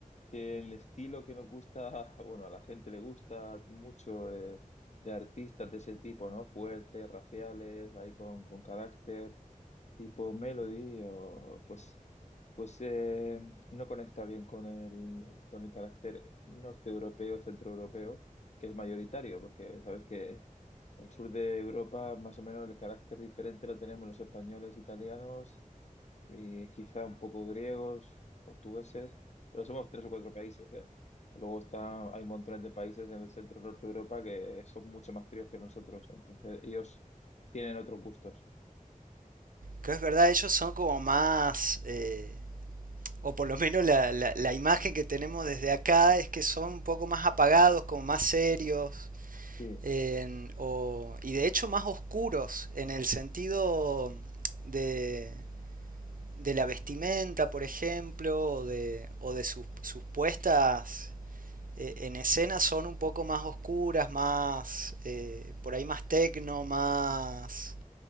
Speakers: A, on the left; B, on the right.
A: que el estilo que nos gusta, <laughs> bueno, a la gente le gusta mucho eh, de artistas de ese tipo, ¿no? Fuertes, raciales, ahí con, con carácter, tipo Melody, o pues, pues eh, no conecta bien con el, con el carácter norte europeo, centro europeo, que es mayoritario, porque sabes que el sur de Europa, más o menos el carácter diferente lo tenemos los españoles, italianos y quizá un poco griegos, portugueses, pero somos tres o cuatro países, ¿eh? Luego está, hay un montón de países en el centro norte de Europa que son mucho más fríos que nosotros, entonces ellos tienen otros gustos.
B: Que es verdad, ellos son como más, eh, o por lo menos la, la- la imagen que tenemos desde acá es que son un poco más apagados, como más serios,
A: Sí,
B: en- o- y de hecho más oscuros en el sentido de, de la vestimenta, por ejemplo, o de, o de sus, sus puestas eh, en escena son un poco más oscuras, más eh, por ahí más tecno, más